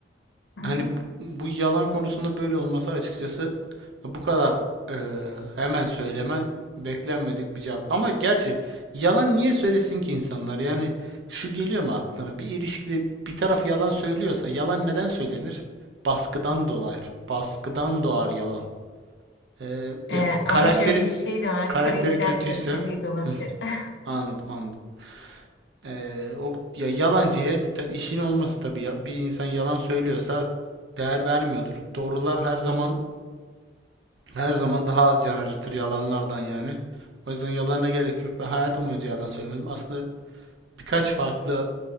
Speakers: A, on the left; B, on the right.
A: hı
B: Hani
A: hı.
B: bu, bu yalan konusunda böyle olması açıkçası bu kadar eee, hemen söylemen beklenmedik bir cevap. Ama gerçi yalan niye söylesin ki insanlar? Yani şu geliyor mu aklına? Bir ilişkide bir taraf yalan söylüyorsa yalan neden söylenir? Baskıdan dolayı. Baskıdan doğar yalan. Eee,
A: Ee,
B: ya
A: ama
B: karakteri
A: şöyle bir şey de var.
B: karakteri
A: Karakter
B: kötüyse
A: özelliği de olabilir.
B: Hı,
A: <laughs>
B: anladım anladım. Ee, o ya yalancıya ta- işin olması tabii ya, bir insan yalan söylüyorsa değer vermiyordur. Doğrular her zaman her zaman daha az can acıtır yalanlardan yani. O yüzden yalana gerek yok. Ben hayatım boyunca yalan söylemedim. Aslında birkaç farklı